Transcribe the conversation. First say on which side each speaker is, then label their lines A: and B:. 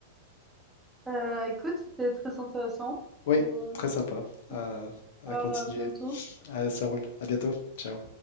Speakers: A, in the centre; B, on the left (about 55°).
A: euh, écoute, c'était très intéressant.
B: Oui,
A: Euh,
B: très sympa.
A: on
B: à
A: se
B: à
A: parle
B: continuer.
A: à bientôt.
B: Ah, ça roule. À bientôt. Ciao.